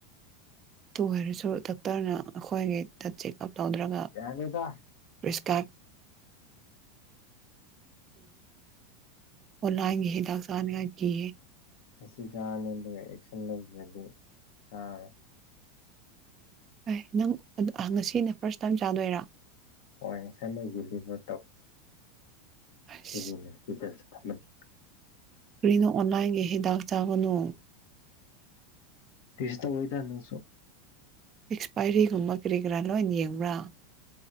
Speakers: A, on the right; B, on the left.
A: ꯇꯨ ꯑꯣꯏꯔꯁꯨ ꯗꯣꯛꯇꯔꯅ ꯑꯩꯈꯣꯏꯒꯤꯩꯗ ꯆꯦꯛꯑꯞ ꯇꯧꯗ꯭ꯔꯒ
B: ꯌꯥꯦꯗ
A: ꯄ꯭ꯔꯦꯁꯀ꯭ꯔꯥꯏꯞ ꯑꯣ ꯂꯥꯏꯑꯒꯦ ꯍꯤꯗꯁꯅꯦꯒꯒꯤ
B: ꯑꯁꯤ ꯆꯥꯔꯅꯤ ꯑꯗꯨꯒ ꯑꯦꯛꯁꯟ ꯂꯧꯈ꯭ꯔꯗꯤ ꯇꯥꯔꯦ
A: ꯑꯦ ꯅꯪ ꯉꯁꯤꯅ ꯐꯥꯔꯁ ꯇꯥꯏꯝ ꯆꯥꯗꯣꯏꯔꯥ
B: ꯍ ꯉꯁꯃꯥꯏ ꯗꯚꯔ
A: ꯑꯁ
B: ꯇꯧꯔꯅꯤꯒꯤꯗ ꯊꯝꯃꯦ
A: ꯀꯔꯤꯅꯨ ꯑꯣꯥꯏꯒꯦ ꯍ ꯗꯥꯛ ꯆꯥꯒꯅꯨ
B: ꯀꯁꯇ ꯑꯣꯏ ꯊꯅꯁꯨꯣ
A: ꯑꯦꯛꯁꯄꯥꯏꯔꯤꯒꯨꯝꯕ ꯀꯔꯤ ꯀꯔꯥ ꯂꯣꯏꯅ ꯌꯦꯡꯕ꯭ꯔꯥ